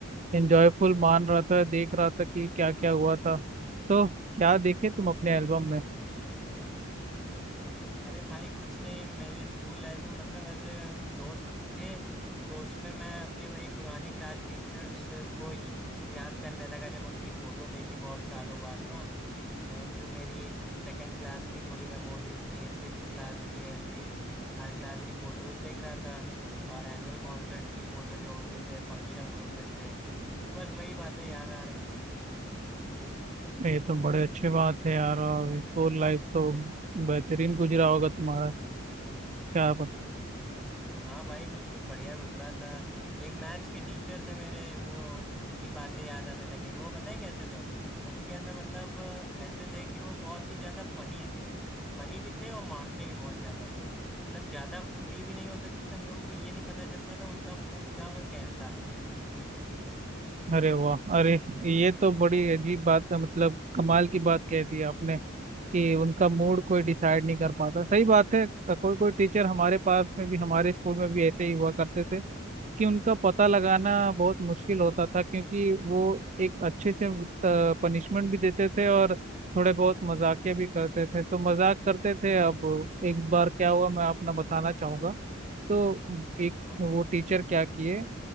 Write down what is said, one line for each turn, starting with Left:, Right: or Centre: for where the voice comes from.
Right: एंजॉयफुल मान रहा था देख रहा था कि क्या क्या हुआ था तो क्या देखे तुम अपने एल्बम में
Centre: अरे भाई कुछ नहीं मेरे स्कूल लाइफ में मतलब मेरे दोस्त थे तो उसमें मैं अपनी वही पुरानी क्लास टीचर्स को ही याद करने लगा जब उनकी फ़ोटो देखी बहुत सालों बाद ना नहीं जो मेरी सेकंड क्लास की थोड़ी मेमोरीज थी सिक्स्थ क्लास की ऐसे ही हर क्लास की फ़ोटोज़ देख रहा था और एनुअल कॉन्सर्ट की फ़ोटो जो होते थे फंक्शंस होते थे तो बस वही बातें याद आ रही थी
Right: ये तो बड़े अच्छे बात है यार और स्कूल लाइफ तो बेहतरीन गुजरा होगा तुम्हारा क्या पता
Centre: हाँ भाई बिल्कुल बढ़िया गुजरा था एक मैथ्स के टीचर थे मेरे वो उनकी बातें याद आने लगी वो पता है कैसे थे उनके अंदर मतलब अ, ऐसे थे कि वो बहुत ही ज़्यादा फनी थे फनी भी थे और मारते भी बहुत ज़्यादा थे मतलब ज़्यादा फ्री भी नहीं हो सकते थे हम लोगों को ये नहीं पता चलता था उनका मूड कब और कैसा है <laughs>
Right: अरे वाह अरे ये तो बड़ी अजीब बात है मतलब कमाल की बात कह दी आपने कि उनका मूड कोई डिसाइड नहीं कर पाता सही बात है क- कोई कोई टीचर हमारे पास में भी हमारे स्कूल में भी ऐसे ही हुआ करते थे कि उनका पता लगाना बहुत मुश्किल होता था क्योंकि वो एक अच्छे से पनिशमेंट भी देते थे और थोड़े बहुत मजाकिया भी करते थे तो मजाक करते थे अब एक बार क्या हुआ मैं अपना बताना चाहूंगा तो एक
Centre: हाँ
Right: वो टीचर क्या किए